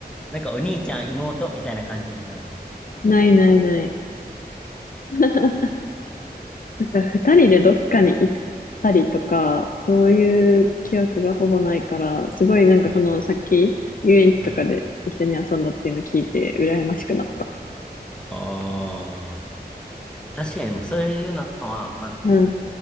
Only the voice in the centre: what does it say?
なんかお兄ちゃん、妹みたいな感じもない。
うん。うん。ああ。確かに、そういうのは、まあ、